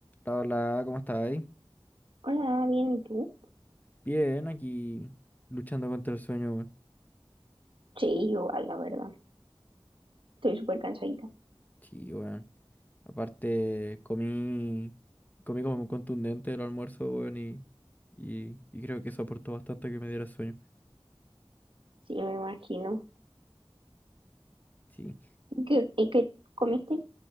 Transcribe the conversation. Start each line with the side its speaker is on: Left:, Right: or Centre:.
Left: Hola, ¿cómo estáis?
Right: Hola, bien, ¿y tú?
Left: Bien, aquí luchando contra el sueño, weón.
Right: Sí, igual, la verdad. Estoy súper cansadita.
Left: Sí, weón. Aparte, comí, comí como contundente el almuerzo, weón, y, y, y creo que eso aportó bastante a que me diera sueño.
Right: Sí, me imagino.
Left: Sí,
Right: ¿Y qué, y qué comiste?